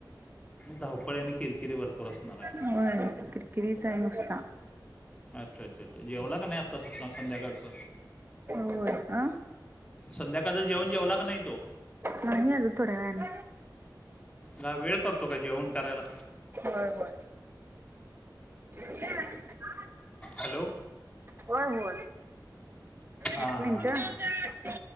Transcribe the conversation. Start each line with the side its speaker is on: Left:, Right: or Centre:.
Left: धावपळी आणि किरकिरी भरपूर असणार आहे.
Right: होय <inaudible> आहे नुसता.
Left: अच्छा अच्छा अच्छा, जेवला का नाही आता सकाळ, संध्याकाळचं?
Right: होय अ
Left: संध्याकाळ जेवण जेवला का नाय तो?
Right: नाही अजून थोड्या वेळानी.
Left: जरा वेळ करतो का जेवण करायला?
Right: होय होय. <inaudible>
Left: हॅलो!
Right: होय होय.
Left: हा
Right: एक मिनिट.
Left: हा हां!